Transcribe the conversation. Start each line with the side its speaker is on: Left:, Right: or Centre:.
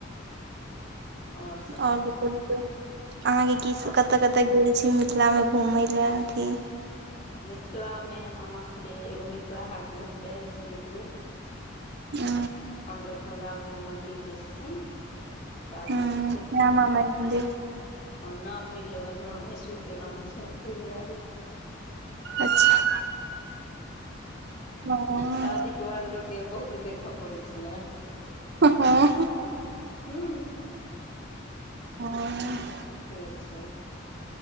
Left: आओर सब बतबियौ
Right: ओर कहियो अहाँके की
Left: आओर
Right: कत कत तऽ गेल छी मिथिला मे घूमय ले कि
Left: मिथिला मे हम अहाँ के एगो मिथिला हाट घूम के आयल छी एक बेेर
Right: आ
Left: और दरभंगा मे ओ मंदिर जे छथिन काली
Right: ह
Left: जी
Right: श्यामा माई मन्दिर
Left: ह नाम नहि लेबय हमर भैंसुर के नाम छैन तई दुआरे
Right: अच्छा हँ
Left: शादी ओके बाद लोक के बहुत देखऽ पड़ै छै ने
Right: हँ
Left: <unintelligible> हूँ
Right: ह
Left: तऽ से छै